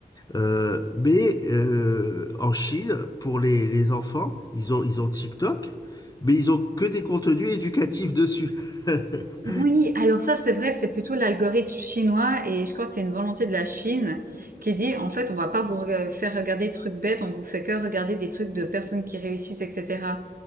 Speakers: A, on the left; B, on the right.
A: Euh, mais euh, en Chine, pour les, les enfants, ils ont ils ont TikTok, mais ils ont que des contenus éducatifs dessus. <laughs>
B: Oui, alors ça, c'est vrai, c'est plutôt l'algorithme chinois et je crois que c'est une volonté de la Chine qui dit, en fait, on va pas vous rega- faire regarder des trucs bêtes, on vous fait que regarder des trucs de personnes qui réussissent, etc.